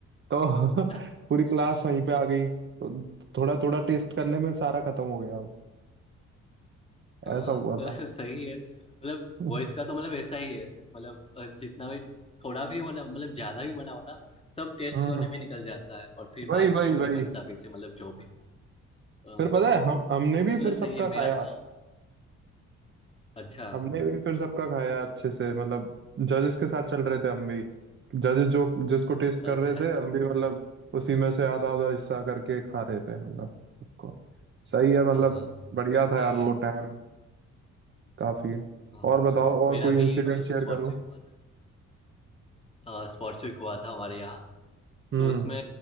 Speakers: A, on the right; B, on the left.
A: तो <laughs>
B: हाँ।
A: पूरी क्लास
B: <laughs>
A: वहीं पे आ गई तो थोड़ा थोड़ा टेस्ट करने में सारा खत्म हो गया वो
B: हाँ
A: ऐसा हुआ
B: मतलब
A: था
B: सही है मतलब
A: <laughs>
B: वॉइस का तो मतलब ऐसा ही है मतलब अ, जितना भी थोड़ा भी बना मतलब ज्यादा भी बनाओ ना सब टेस्ट
A: हम्म
B: करने में निकल जाता है और फिर बाकी
A: वही वही
B: कुछ नहीं
A: वही
B: बनता पीछे मतलब जो भी अ,
A: फिर पता है हम हमने भी
B: मतलब
A: फिर
B: सही
A: सबका
B: है मेरा
A: खाया
B: तो अच्छा
A: हमने भी फिर सबका खाया अच्छे से मतलब जजेस के साथ चल रहे थे हम भी जजेस जो जिसको टेस्ट
B: अच्छा
A: कर रहे थे
B: <laughs>
A: हम भी मतलब उसी में से आधा आधा हिस्सा करके खा रहे थे मतलब सबको सही है मतलब
B: हाँ हाँ,
A: बढ़िया था
B: सही
A: यार
B: है
A: वो टाइम काफी
B: हाँ
A: और
B: हाँ।
A: बताओ और
B: मेरा
A: कोई इंसिडेंट
B: भी मतलब
A: शेयर
B: स्पोर्ट्स
A: करो
B: वीक हुआ था ना स्पोर्ट्स वीक हुआ था हमारे यहाँ
A: हम्म
B: तो उसमें